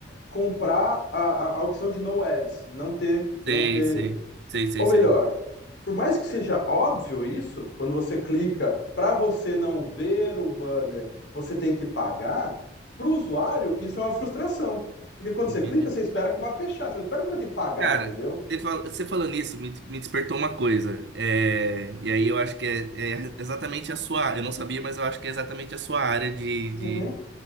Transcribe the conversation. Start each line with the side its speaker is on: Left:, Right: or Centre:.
Left: comprar a, a, a opção de no ads, não ter, não
Right: Sei,
Left: ter.
Right: sei, sei, sei,
Left: Ou
Right: sei.
Left: melhor, por mais que seja óbvio isso, quando você clica para você não ver o banner, você tem que pagar, para o usuário isso é uma frustração. Porque quando você
Right: Entendi.
Left: clica, você espera que vai fechar, você espera que vai ter que pagar,
Right: Cara,
Left: entendeu?
Right: você fal- você falando isso me, me despertou uma coisa. É, e aí eu acho que é, é exatamente a sua. Eu não sabia, mas eu acho que é exatamente a sua área de, de,
Left: Uhum.